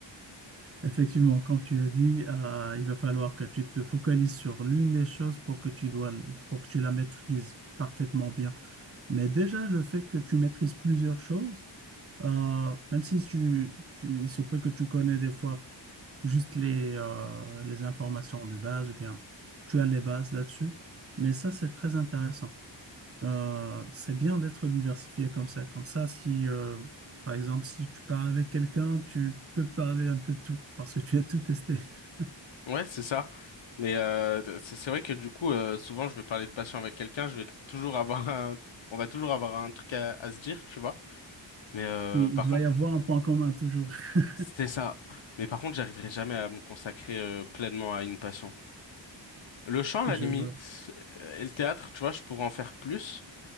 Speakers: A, on the right; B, on the left.
A: Effectivement, comme tu as dit, euh, il va falloir que tu te focalises sur l'une des choses pour que tu dois, pour que tu la maîtrises parfaitement bien. Mais déjà, le fait que tu maîtrises plusieurs choses, euh, même si tu, tu- il se peut que tu connais des fois juste les, euh, les informations de base, ou bien tu as les bases là-dessus, mais ça, c'est très intéressant. Euh, c'est bien d'être diversifié comme ça. Comme ça, si, euh, par exemple, si tu parles avec quelqu'un, tu peux parler un peu de tout, parce que tu as tout testé. <laughs>
B: Ouais, c'est ça. Mais euh, c'est c'est vrai que du coup, euh, souvent, je vais parler de passion avec quelqu'un, je vais toujours avoir <laughs> un, on va toujours avoir un truc à, à se dire, tu vois. Mais euh,
A: Oui,
B: par
A: il doit
B: contre,
A: y avoir un point commun toujours. <laughs>
B: c'est ça. Mais par contre, j'arriverai jamais à me consacrer euh, pleinement à une passion. Le chant, à
A: Je
B: la limite,
A: vois.
B: euh, et le théâtre, tu vois, je pourrais en faire plus,